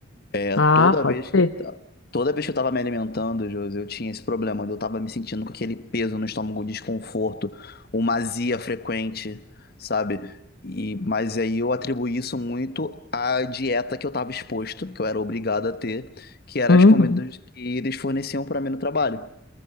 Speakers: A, on the left (about 50°); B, on the left (about 75°).
A: É,
B: Ah,
A: toda
B: pode
A: vez que
B: ser.
A: eu, ta- toda vez que eu tava me alimentando, Josi, eu tinha esse problema. Eu tava me sentindo com aquele peso no estômago, um desconforto, uma azia frequente, sabe? E, mas aí eu atribuí isso muito à dieta que eu tava exposto, que eu era obrigado a ter, que eram
B: Uhum.
A: as comidas que eles forneciam pra mim no trabalho.